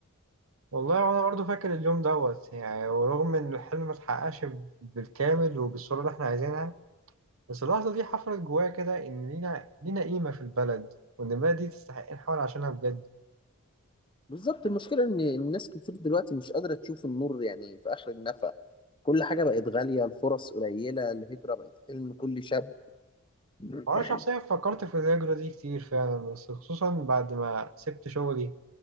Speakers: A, on the right; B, on the left.
A: والله وأنا برضه فاكر اليوم دوت يعني ورغم إن الحلم متحققش بالكامل وبالصورة اللي إحنا عايزينها بس اللحظة دي حفرت جوايا كده إن لينا لينا قيمة في البلد وإن البلد دي تستحق نحاول عشانها بجد
B: بالظبط المشكلة إن الناس كتير دلوقتي مش قادرة تشوف النور يعني في آخر النفق كل حاجة بقت غالية الفرص قليلة الهجرة بقت حلم كل شاب <clears throat>
A: وأنا شخصيا فكرت في الهجرة دي كتير فعلا بس خصوصا بعد ما سبت شغلي